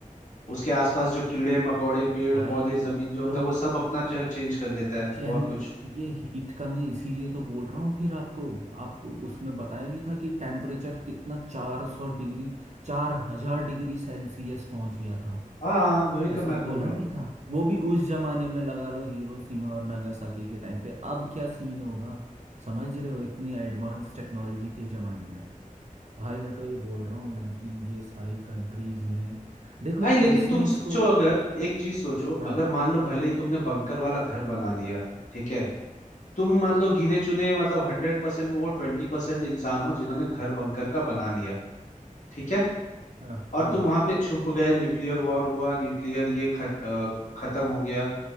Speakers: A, on the left (about 60°); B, on the right (about 55°).
A: उसके आसपास जो कीड़े मकोड़े पेड़
B: भाई
A: पौधे जमीन
B: उसको
A: जो होता है वो सब अपना जो है चेंज कर लेता है
B: चेन
A: बहुत कुछ
B: ये हीट का मैं इसीलिए तो बोल रहा हूँ फिर आपको आपको उसमें बताया नहीं था कि टेम्परेचर कितना चार सौ डिग्री चार हजार डिग्री सेल्सियस पहुंच गया था
A: हाँ हाँ, वही तो
B: ऐसा
A: मैं बोल
B: बोला
A: रहा
B: नहीं
A: हूँ
B: था वो भी उस जमाने में लगा लो हिरोशिमा और नागासाकी के टाइम पे अब क्या सीन होगा समझ रहे हो इतनी एडवांस टेक्नोलॉजी के जमाने में भाई मैं तो ये बोल रहा हूँ ना कि ये सारी कंट्रीज ने देखो
A: भाई
B: कि
A: लेकिन
B: जिसने
A: तुम
B: इसको
A: सोचो अगर एक चीज सोचो
B: हाँ
A: अगर मान लो भले ही तुमने बंकर वाला घर बना लिया ठीक है तुम मान लो गिने चुने मतलब हंड्रेड परसेंट में वो ट्वेंटी परसेंट इंसान हो जिन्होंने घर बंकर का बना लिया ठीक है
B: हाँ
A: और
B: हाँ
A: तुम वहां पे छुप गए न्यूक्लियर वॉर हुआ न्यूक्लियर ये खत, अ, खत्म हो गया